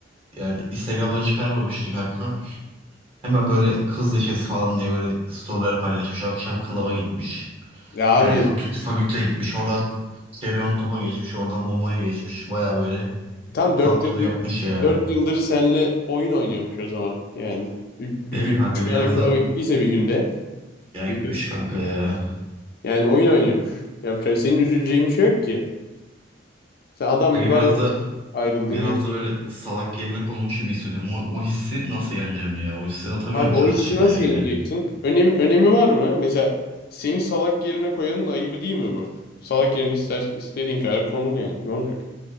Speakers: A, on the right; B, on the left.
A: yani Instagram'da çıkarmamıştı kanka. Hemen böyle kız neşesi falan diye böyle storyler paylaşmış. Akşam klaba gitmiş.
B: Ya abi
A: Yani fakülte, fakülteye gitmiş. Oradan Kereon Top'a geçmiş. Oradan Momo'ya geçmiş. Baya böyle
B: tam dört
A: club
B: yıldır
A: turu yapmış ya.
B: dört yıldır seninle oyun oynuyormuş o zaman. Yani Üç- bir
A: Değil
B: gün
A: mi kanka
B: 3
A: biraz
B: tane klavye
A: da
B: gittiyse bir günde
A: ya
B: bir
A: gitmiş
B: kız.
A: kanka ya.
B: Yani oyun oynuyormuş. Yapacak senin üzüleceğin bir şey yok ki. Sen adam
A: Kanka
B: gibi
A: biraz
B: ayrıldın,
A: da
B: ayrıldın
A: biraz da böyle salak yerine konulmuş gibi hissediyorum. O, o hissi nasıl yeneceğim ya? O hissi atamıyorum
B: Kanka
A: şu
B: o hissi
A: an içimden
B: nasıl
A: yani.
B: yeneceksin? Önemi, önemi var mı? Mesela seni salak yerine koyanın ayıbı değil mi bu? Salak yerine ister, istediğin kadar konul yani. Ne olacak?